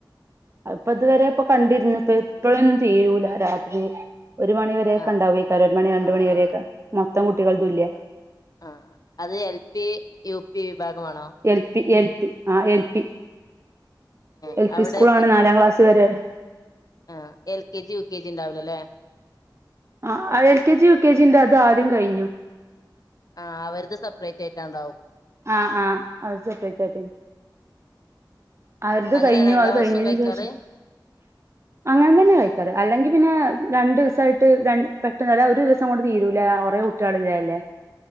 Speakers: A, on the right; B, on the left.
A: അത് ഇപ്പൊ ഇതുവരെ ഇപ്പൊ കണ്ടിരുന്നുപ്പഴ് ഇപ്പോഴൊന്നും തീരൂല രാത്രി ഒരു മണിവരെയൊക്കെ
B: ആഹ്
A: ഉണ്ടാവേക്കാരം ഒരു മണി രണ്ടു
B: ആഹ് ആഹ്
A: മണിവരൊക്കെ
B: ആഹ്
A: മൊത്തം കുട്ടികള്തും ഇല്ലേ
B: ആഹ് അത് എൽ പി യു പി വിഭാഗമാണോ
A: എൽ പി എൽ പി ആഹ് എൽ പി
B: ഏഹ്
A: എൽ പി
B: അവിടെ
A: സ്കൂളാണ് നാലാം ക്ലാസ് വരെ
B: ഉം L K G U K G ഉണ്ടാവില്ലല്ലേ
A: ആഹ് L K G U K ജിന്റെ അത് ആദ്യം കഴിഞ്ഞു
B: ആഹ് അവർത് സപ്പറേറ്റ് ആയിട്ട് ഉണ്ടാവും
A: ആഹ് ആഹ് അവർതെ സപ്പറേറ്റ് ആയിട്ട് അവർതെ
B: അങ്ങനെയാണോ
A: കഴിഞ്ഞു
B: എല്ലാ
A: അത് കഴിഞ്ഞതിന്
B: വർഷം കഴിക്കാറ്
A: ശേഷം അങ്ങനെ തന്നെ കഴിക്കാറ് അല്ലെങ്കി പിന്നെ രണ്ടു ദിവസായിട്ട് രണ്ട് പെട്ടെന്നല്ല ഒരു ദിവസം കൊണ്ട് തീരൂല കൊറേ കുട്ടി ട്ടേള് ഇള്ളതല്ലേ